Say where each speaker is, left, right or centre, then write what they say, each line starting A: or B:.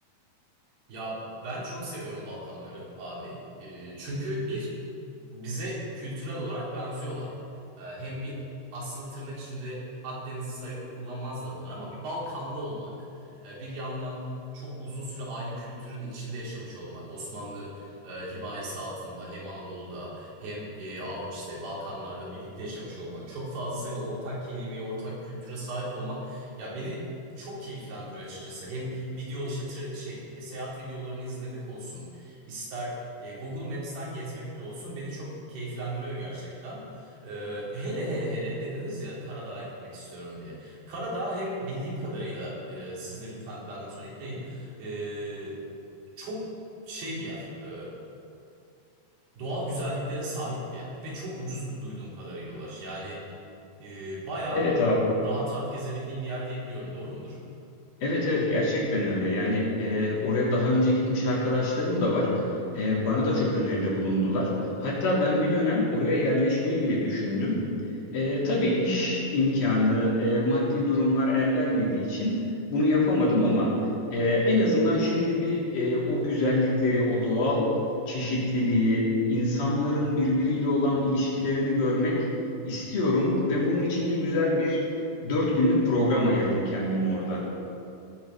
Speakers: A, on the right (about 85°); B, on the left (about 65°).
A: Ya ben çok seviyorum Balkanları abi. Ee, çünkü bir bize kültürel olarak benziyorlar. Ee, hem bir aslında tırnak içinde Akdenizli sayılamazlar onlar ama bir Balkanlı olmak, e, bir yandan çok uzun süre aynı kültürün içinde yaşamış olmak, Osmanlı e, himayesi altında hem Anadolu'da hem e, Avru işte Balkanlarda birlikte yaşamış olmak, çok fazla sayıda ortak kelimeye, ortak kültüre sahip olmak ya beni çok keyiflendiriyor açıkçası. Hem video işte tra- şey e, seyahat videolarını izlemek olsun, ister e, Google Maps'ten gezmek bile olsun beni çok keyiflendiriyor gerçekten. E, hele hele hele dediniz ya Karadağ'a gitmek istiyorum diye. Karadağ hem bildiğim kadarıyla e, siz de lütfen benden sonra ekleyin. e, çok şey bir yer. e, doğal güzelliklere sahip bir yer ve çok ucuz duyduğum kadarıyla Ulaş. Yani e, bayağı
B: Evet abi.
A: rahat rahat gezebildiğim bir yer diye biliyorum. Doğru mudur?
B: Evet evet gerçekten öyle. Yani e, oraya daha önce gitmiş arkadaşlarım da var. E, bana da çok öneride bulundular. Hatta ben bir dönem oraya yerleşmeyi bile düşündüm. E, tabii iş imkanı, e, maddi durumlar el vermediği için bunu yapamadım ama e, en azından şimdi bir e, o güzellikleri, o doğal çeşitliliği, insanların birbiriyle olan ilişkilerini görmek istiyorum ve bunun için de güzel bir dört günlük program ayırdım kendime orada.